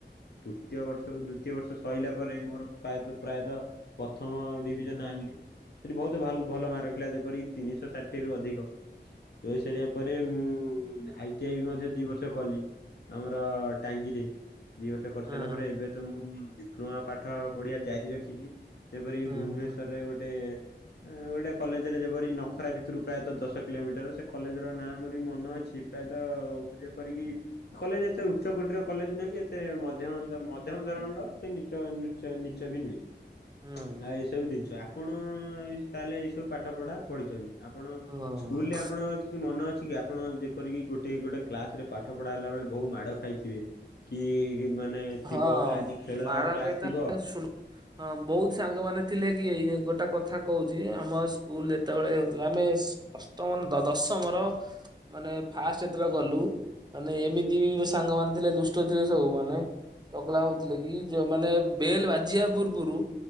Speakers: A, on the left; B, on the right.
A: ତୃତୀୟ ବର୍ଷ ଦୁତୀୟ ବର୍ଷ ସରିଲା ପରେ ମୋର ପ୍ରାୟତଃ ପ୍ରାୟତଃ ପଥମ ଡିଭିଜନ୍ ଆଣିଲି କଲି ଭୋଉତ
B: ହୁଁ
A: ଭ
B: ହୁଁ ହୁଁ ହୁଁ
A: ଭଲ ମାର୍କ ରଖିଲା ଯେପରି ତିନିଶ ଷାଠିଏରୁ ଅଧିକ। ରହି ସାରିବା ପରେ ମୁଁ ଆଇ ଟି ଆଇ ବି ମଧ୍ୟ ଦି ବର୍ଷ କଲି। ଆମର ଟାଙ୍ଗିରେ ଦି ବର୍ଷ କରିସାଇଲା
B: ହୁଁ
A: ପରେ ଏବେ ତ ମୁଁ ପ୍ନୂଆ ପାଠ ପଢି଼ଆ ଜାରି ରଖିଚି ଯେପରି କି
B: ହୁଁ
A: ଭୁବନେଶ୍ୱରରେ
B: ହୁଁ।
A: ଗୋଟେ ଏଁ ଗୋଟେ କଲେଜ୍ ରେ ଯେପରି ନଖରା ଭିତୁରୁ ପ୍ରାୟତଃ ଦଶ କିଲୋମିଟର୍ ସେ କଲେଜ୍ ର ନାଁ ମୋର ବି ମନ ଅ ଛି ପ୍ରାୟତ ଯେପରି କି କଲେଜ୍ ଏତେ ଉଚ୍ଚ କୋଟୀର କଲେଜ୍ ନୁହଁ କି ଏତେ ମଧ୍ୟମ ତା ମ ଧ୍ୟମ ଧରଣର ସେ ନିଚ ନିଚ ନିଚ ବି ନୁହେଁ
B: ହୁଁ
A: ଆଉ ଏ ସବୁ ଦିନିଷ ଆପଣ ଅଁ ଏଇ ତାହେଲେ ଏଇ ସବୁ ପାଠ ପଢ଼ା ପଢ଼ିଚନ୍ତି ଆପଣ
B: ହଁ
A: ସ୍କୁଲ୍ ରେ ଆପଣଙ୍କ କିଛି ମନ ଅ ଛି କି ଆପଣ ଯେପରି କି ଗୋଟେ ଗୋଟେ କ୍ଲାସ୍ ରେ ପାଠ ପଢ଼ା ହେଲା ବେଳେ ବହୁ ମାଡ଼ ଖାଇଥିବେ କି ମାନେ ଥିବ
B: ହଁ ହଁ
A: ଆଜି ଖେଳ
B: ମାଡ଼
A: କ୍ଲାସ
B: କଥା
A: ଥିବ
B: ଶୁଣ ହଁ ବହୁତ ସାଙ୍ଗମାନେ ଥିଲେ କି ଏଇ ଗୋଟା କଥା କହୁଚି ଆମ ସ୍କୁଲ୍ ଯେତବେଳେ ହେଉଥିଲା ଆମେ ସ୍ ଅଷ୍ଟମ ନାଁ ଦ ଦଶ୍ ତମର ମାନେ ଫାଷ୍ଟ ଏତେଳେ ଗଲୁ ମାନେ ଏମିତି ବି ସାଙ୍ଗମାନେ ଥିଲେ ଦୁଷ୍ଟ ଥିଲେ ସବୁ ମା ନେ ଚଗଲା ହୋଉଥୁଲେ କି ଯୋଉ ମାନେ ବେଲ୍ ବାଜିିବା ପୂର୍ବରୁ